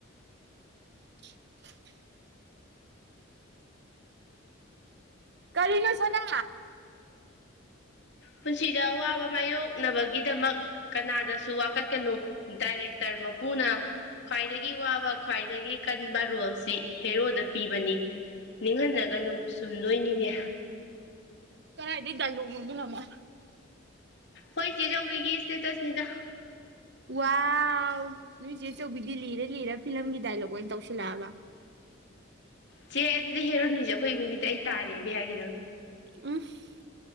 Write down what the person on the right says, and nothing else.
<inaudible> ꯀꯔꯤꯅꯣ ꯁꯅꯥ꯫
ꯀꯔꯥꯏꯗꯩ ꯗꯥꯏꯂꯣꯛꯅꯣ ꯑꯗꯨꯅ ꯑꯃꯨꯛ꯫
ꯋꯥꯎ ꯅꯣꯏ ꯆꯦꯆꯧꯕꯤꯗꯤ ꯂꯤꯔ ꯂꯤꯔ ꯐꯤꯂꯝꯒꯤ ꯗꯥꯏꯂꯣꯛ ꯑꯣꯏꯅ ꯇꯧꯁꯤꯜꯂꯛꯑꯕ꯫
<unintelligible>